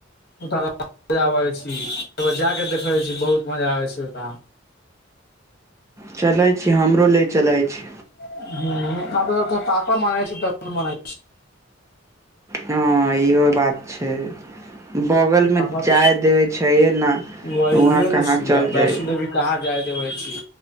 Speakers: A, on the left (about 55°); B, on the right (about 15°).
A: ओत ब आबै छी जाकऽ देखै छी बहुत मजा आबै छै ओतऽ
B: चलैत छी हमरो ले चलैत छी
A: हँ तऽ तऽपर मान छै तऽ मान।
B: हँ इहो बात छै बगलमे
A: पापड़
B: जाय देबै छैे ने
A: वही
B: वहाँ
A: उहे ने
B: कहाँ
A: छियै
B: चल
A: वैष्णो
B: जाइ
A: देवी कहाँ जाय देबे छी